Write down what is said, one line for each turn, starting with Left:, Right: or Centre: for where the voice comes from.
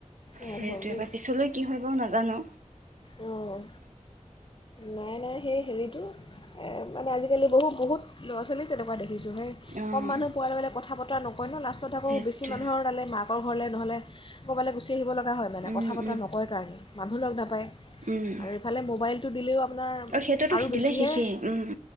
Left: ভাল
Right: সেইটোৱে
Left: হওঁক দেই
Right: বা পিছলৈ কি হয় বাৰু নাজানো।
Left: উ অঁ নাই নাই সেই হেৰিটো মানে আজিকালি বহুত বহুত ল'ৰা ছোৱালী তেনেকুৱা দেখ
Right: অ'
Left: কম মানুহ পোৱাৰ কথা পা <inaudible> কই লাষ্টত আকৌ
Right: সেইটোৱে
Left: বেছি মানুহৰ তালে মাকৰ ঘৰলৈ নহ'লে ক'ৰবালৈ গুচি আহিব লগা হয় মানে
Right: উম,
Left: কথা বতৰা
Right: উম,
Left: নকয় কাৰণে মানুহ লগ নাপায়
Right: উম,
Left: আৰু ইফালে মোবাইলটো দিলেও আপোনাৰ
Right: অ' সেইটোতো
Left: আৰু বেছিহে
Right: দিলে শেষেই উম,